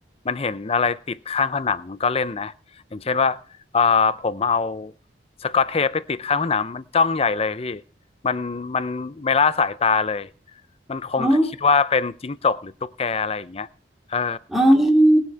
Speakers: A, on the left; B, in the centre.
A: มันเห็นอะไรติดข้างผนังมันก็เล่นนะอย่างเช่นว่าเอ่อผมเอาสกอตเทปไปติดข้างผนังมันจ้องใหญ่เลยพี่มันมันไม่ละสายตาเลยมันคงคิดว่าเป็นจิ้งจกหรือตุ๊กแกอะไรอย่างเงี้ยเออ
B: อ๋ออ๋อ